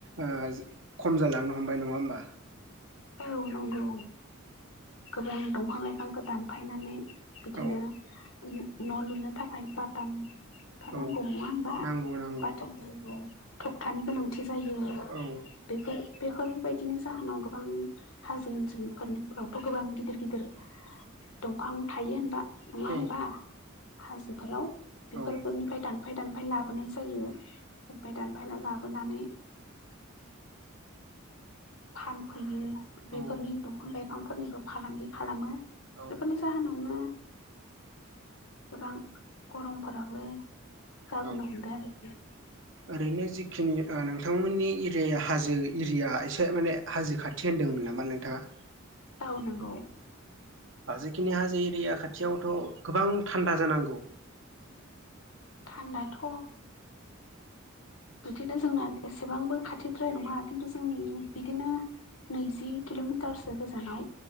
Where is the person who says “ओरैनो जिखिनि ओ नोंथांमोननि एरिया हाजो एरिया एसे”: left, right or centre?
Right